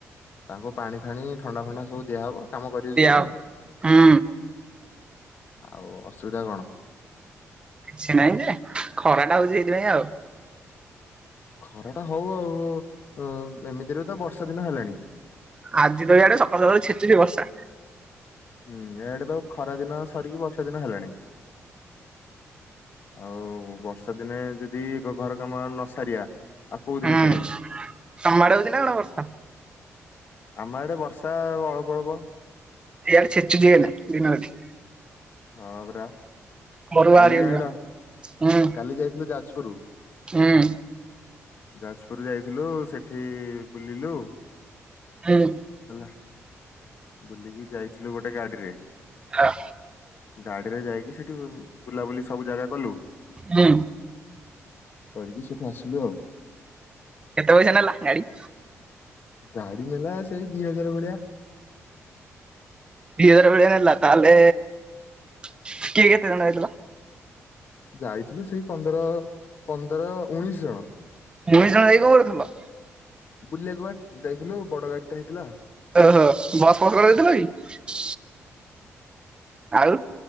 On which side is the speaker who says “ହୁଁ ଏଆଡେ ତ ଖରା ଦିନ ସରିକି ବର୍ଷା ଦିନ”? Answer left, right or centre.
Left